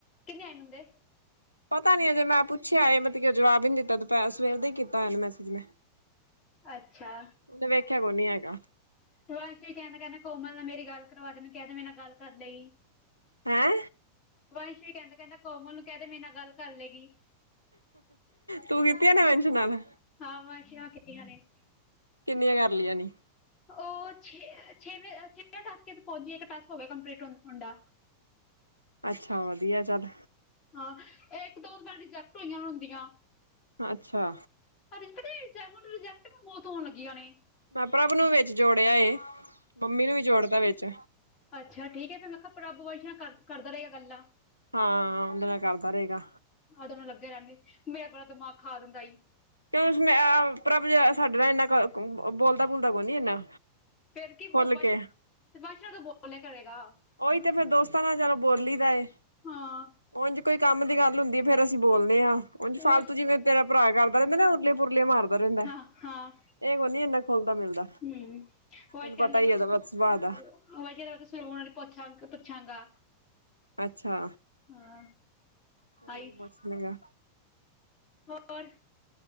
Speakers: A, on the left (about 30°); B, on the right (about 90°).
A: ਕਿੰਨੇ ਆਏਣਦੇ
B: ਪਤਾ ਨੀ ਅ ਜੇ ਮੈਂ ਪੁੱਛਿਆ ਮਤਲਬ ਕਿ ਜਵਾਬ ਹੀ ਨਹੀਂ ਦਿੱਤਾ ਦੁਪਰ ਸਵੇਰ ਦਾ ਹੀ ਕੀਤਾ ਮੈਸੇਜ ਮੈਂ।
A: ਅੱਛਾ।
B: ਉਹਨੇ ਵੇਖਿਆ ਕੋਈ ਨੀ ਹੈਗਾ
A: ਵਾਸ਼ੀ ਕਹਿੰਦਾ ਕਹਿੰਦਾ ਕੋਮਲ ਨਾਲ ਮੇਰੀ ਗੱਲ ਕਰਵਾ ਦੇਨ ਕਹਿੰਦੇ ਮੇਰੇ ਗੱਲ ਕਰ ਲਈ
B: ਹੈਂ
A: ਵੰਸ਼ ਕਹਿੰਦਾ ਕਹਿੰਦਾ ਕੋਮਲ ਨੂੰ ਕਹਿ ਦੇ ਮੇਰੇ ਨਾਲ ਗੱਲ ਕਰ ਲਏਗੀ।
B: ਤੂੰ ਕੀਤੀਆਂ ਨੇ ਮੈਨਸ਼ ਨਾਲਾਨ।
A: ਹਾਂ ਵਾਸ਼ਾਂ ਕਿ ਕੀਤੀਆਂ ਨੇ।
B: ਕਿੰਨੀਆਂ ਕਰ ਲਈਆਂ ਨੇ?
A: ਉਹ ਛੇ ਛੇਵੇਜ ਛੇਵੇ ਟਾਸਕੇ ਪਹੁੰਚਏ ਇੱਕ ਟਾਸਕ ਹੋ ਗਿਆ ਕੰਪਲੀਟ ਹੁੰਡਦਾ।
B: ਅੱਛਾ ਵਧੀਆ ਚੱਲ।
A: ਹਾਂ ਇਹ ਇੱਕ ਦੋ ਵਾਰ ਰਿਜੈਕਟ ਹੋਈਆਂ ਹੁੰਦੀਆਂ।
B: ਅੱਛਾ
A: ਤੁਹਾਨੂੰ ਪਤਾ ਐ ਰਿਜੈਕਟ ਵੀ ਬਹੁਤ ਹੋਣ ਲੱਗੀਆਂ ਨੇ
B: ਮੈਂ ਪ੍ਰਭ ਨੂੰ ਵੀ ਵਿੱਚ ਜੋੜਿਆ ਏ ਮੰਮੀ ਨੂੰ ਵੀ ਜੋੜਤਾ ਵਿੱਚ।
A: ਅੱਛਾ ਠੀਕ ਹੈ ਫਿਰ ਮੈਂ ਕਿਹਾ ਪ੍ਰਭ ਵਸ਼ੀਆਂ ਕਰ ਕਰਦਾ ਰਹੇਗਾ ਗੱਲਾਂ
B: ਹਾਂ ਉਹਦੇ ਨਾਲ ਕਰਦਾ ਰਹੇਗਾ।
A: ਆ ਦੋਵੇ ਲੱਗੇ ਰਹਿਣਗੇ ਮੇਰਾ ਪੂਰਾ ਦਿਮਾਗ ਖਾ ਦਿੰਦਾ ਈ।
B: ਕਿਉਂ ਕਿ ਪ੍ਰਭ ਜ ਸਾਡੇ ਨਾਲ ਇੰਨਾ ਬੋਲਦਾ ਬੋਲਦਾ ਕੋਣ ਨੀ ਇੰਨਾ।
A: ਫਿਰ ਕੀ
B: ਖੁੱਲ
A: ਉਹ ਵੜ
B: ਕੇ
A: ਤੇ ਤਮਾਸ਼ਾ ਤੋਂ ਬੋਲਿਆ ਕਰੇਗਾ
B: ਉਹੀ ਤੇ ਫੇਰ ਦੋਸਤਾਂ ਨਾਲ ਚਲੋ ਬੋਲੀ ਦਾ ਏ।
A: ਹਾਂ।
B: ਉੰਝ ਕੋਈ ਕੰਮ ਦੀ ਗੱਲ ਹੁੰਦੀ ਹੈ ਫੇਰ ਅਸੀਂ ਬੋਲਦੇ ਹਾਂ ਉੰਝ ਫਾਲਤੂ
A: ਵੰਸ਼
B: ਜਿਵੇਂ ਤੇਰਾ ਭਰਾ ਕਰਦਾ ਰਹਿੰਦੇ ਨਾ ਉਰਲੀ ਪੁਰਲੀਆਂ ਮਾਰਦਾ ਰਹਿੰਦਾ ਏ।
A: ਹਾਂ ਹਾਂ
B: ਇਹ ਕੋ ਨੀ ਇੰਨਾ ਖੁੱਲਦਾ ਮਿਲਦਾ।
A: ਹੂੰ ਉਹ
B: ਤੈਨੂੰ
A: ਕਹਿੰਦੇ
B: ਪਤਾ ਹੀ
A: ਨਾ।
B: ਉਹਦਾ ਸੁਭਾਅ
A: <unintelligible>
B: ਦਾ ਅੱਛਾ
A: ਹਾਂ
B: ਕੋਈ
A: ਹਾਈ
B: ਨੀ ਪੁੱਛਦੀ ਆ।
A: ਹੋਰ।